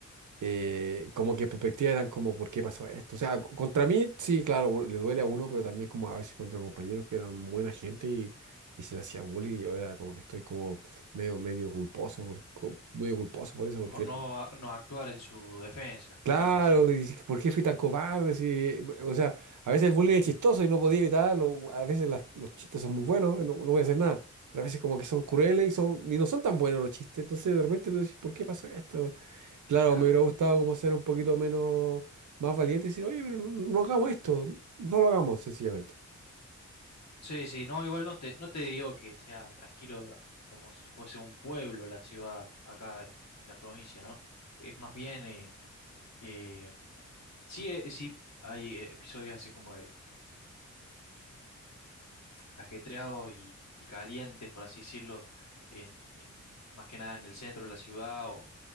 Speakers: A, on the right; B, on the left.
A: eh, como que en perspectiva eran como, ¿por qué pasó esto? O sea, co- contra mí, sí, claro, u- le duele a uno, pero también como a veces contra compañeros que eran buena gente y, y se le hacía bullying, y yo era como que estoy como medio, medio culposo, por, co- medio culposo por eso, porque
B: por no,
A: eran
B: a- no actuar en su defensa,
A: Claro,
B: claro, sí.
A: y dices, ¿por qué fui tan cobarde? Si, o sea, a veces el bullying es chistoso y no podía evitarlo, a veces las- los chistes son muy buenos, no, no voy a hacer nada, pero a veces como que son crueles y, son, y no son tan buenos los chistes, entonces de repente tú dices, ¿por qué pasó esto? Claro,
B: claro,
A: me hubiera gustado como ser un poquito menos, más valiente y decir, oye, pero no, no hagamos esto, no lo hagamos sencillamente.
B: Sí, sí, no, igual no te, no te digo que sea tranquilo a- como si fuese un pueblo la ciudad acá en, en la provincia, ¿no? Es más bien, eh, eh, sí, eh, sí, hay eh, episodios así como de, ajetreados y, y calientes, por así decirlo, en, en- más que nada en el centro de la ciudad o,